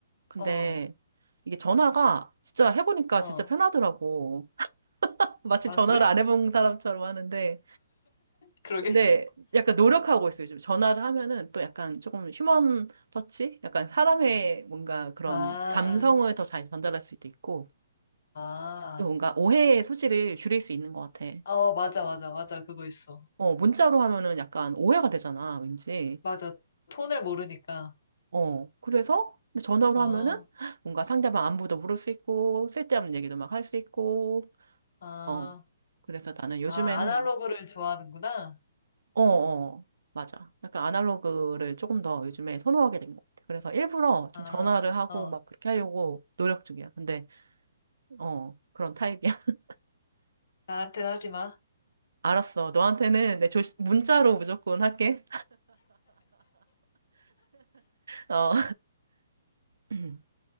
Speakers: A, on the right; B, on the left.
A: 근데
B: 어,
A: 이게 전화가 진짜 해보니까
B: 어.
A: 진짜 편하더라고. <laughs> 마치
B: 아,
A: 전화를
B: 그래?
A: 안 해본 사람처럼 하는데.
B: 그러게.
A: 근데 약간 노력하고 있어요. 요즘 전화를 하면은 또 약간 조금 휴먼 터치? 약간 사람의 뭔가 그런
B: 아,
A: 감성을 더 잘 전달할 수도 있고,
B: 아.
A: 또 뭔가 오해의 소지를 줄일 수 있는 것 같아.
B: 어, 맞아, 맞아, 맞아. 그거 있어.
A: 어, 문자로 하면은 약간 오해가 되잖아, 왠지.
B: 맞아. 톤을 모르니까.
A: 어, 그래서 근데 전화로
B: 어,
A: 하면은
B: 어,
A: 뭔가 상대방 안부도 물을 수 있고, 쓸데없는 얘기도 막 할 수 있고,
B: 아,
A: 어. 그래서 나는 요즘에는,
B: 아, 아날로그를 좋아하는구나.
A: 어, 어, 맞아. 약간 아날로그를 조금 더 요즘에 선호하게 된 것 같아. 그래서 일부러 좀
B: 아,
A: 전화를 하고
B: 어.
A: 막 그렇게 하려고 노력 중이야. 근데, 어, 그런 타입이야. <laughs>
B: 나한테는 하지 마.
A: 알았어. 너한테는 내 조, 문자로 무조건 할게. <laughs> 어. <clears throat>